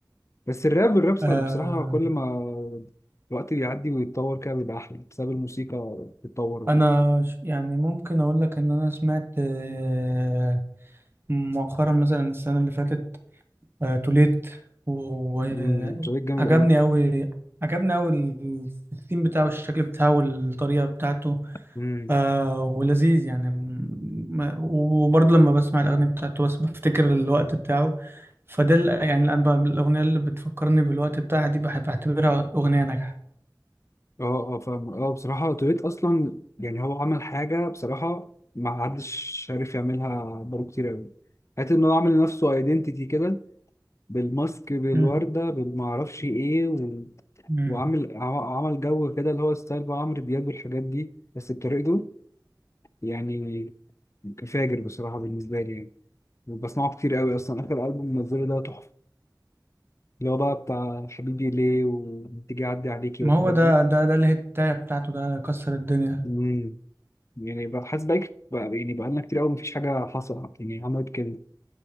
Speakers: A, on the left; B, on the right.
A: بس الراب الراب صار
B: آه.
A: بصراحه كل ما الوقت بيعدي ويتطور كده بيبقى احلى بسبب الموسيقى بتتطور وكده
B: أنا ش- يعني ممكن أقول لك إن أنا سمعت آه، مؤخرا مثلا السنة اللي فاتت آه، توليت وعجبني
A: امم شريك جامد
B: أوي عجبني أوي ال- الثيم بتاعه الشكل بتاعه والطريقة بتاعته
A: قوي
B: آه ولذيذ يعني م- وبرضه لما بسمع الأغاني بتاعته بس بفتكر الوقت بتاعه فده ال- يعني الآن بقى الأغنية اللي بتفكرني بالوقت بتاعها دي بحب أعتبرها أغنية ناجحة
A: اه اه فاهم اه بصراحة توريت أصلا يعني هو عمل حاجة بصراحة ما حدش عارف يعملها بقاله كتير أوي حتى إن هو عامل لنفسه أيدنتيتي كده بالماسك بالوردة
B: مم.
A: بالمعرفش إيه و...
B: مم.
A: وعامل ع- عمل جو كده اللي هو ستايل بقى عمرو دياب والحاجات دي بس بطريقته يعني فاجر بصراحة بالنسبة لي يعني وبسمعه كتير أوي أصلا آخر ألبوم منزله ده تحفة اللي هو بقى بتاع حبيبي ليه وتيجي أعدي عليكي والحاجات
B: ما هو ده ده ده الهتاية بتاعته ده كسر الدنيا
A: دي يعني بقى حاسس بقى بقى- يعني بقالنا كتير قوي مفيش حاجة حصلت يعني عملت كده